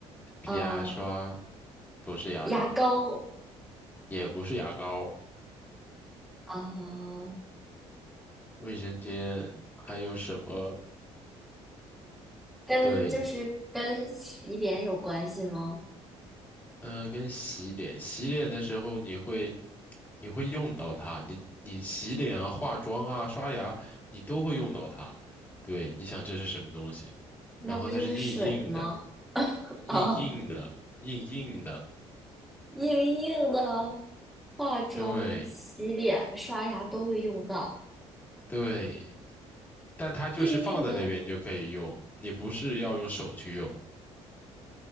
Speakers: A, on the left (about 15°); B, in the centre.
A: 皮牙刷，
B: 呃，
A: 不是牙刷，
B: 牙膏，
A: 也不是牙膏，
B: 呃，
A: 卫生间还有什么？
B: 跟就是跟洗脸有关系吗？
A: 对，嗯，跟洗脸，洗脸的时候你会你会用到它，你你洗脸啊、化妆啊、刷牙，你都会用到它。对，你想这是什么东西？
B: 那不就是水吗？
A: 然后它是硬硬的，硬硬的，
B: 啊，
A: 硬硬的，
B: 硬硬的，化妆、
A: 对
B: 洗脸、刷牙都会用到。
A: 对。但它就是放在那边你就可以用，
B: 硬硬的
A: 你不是要用手去用，